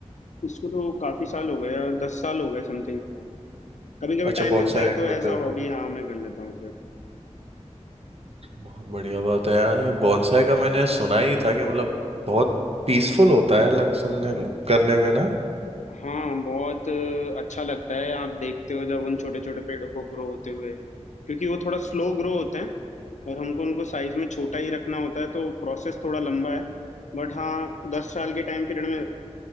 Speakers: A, on the left; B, on the right.
A: इसको तो काफी साल हो गए दस साल हो गए समथिंग कभी कभी
B: अच्छा
A: टाइम
B: बॉन्साई
A: मिलता है तो
B: करते
A: एज अ
B: हो
A: हॉबी हाँ मैं कर लेता हूँ इसे
B: बहुत बढ़िया बात है यार ये बॉन्साई का मैंने सुना ही था कि मतलब बहुत पीसफुल होता है लग सुनने करने में ना
A: हाँ बहुत अ, अच्छा लगता है आप देखते हो जब उन छोटे छोटे पेड़ों को ग्रो होते हुए क्योंकि वो थोड़ा स्लो ग्रो होते हैं और हमको उनको साइज में छोटा ही रखना होता है तो प्रोसेस थोड़ा लंबा है बट हाँ दस साल के टाइम पीरियड में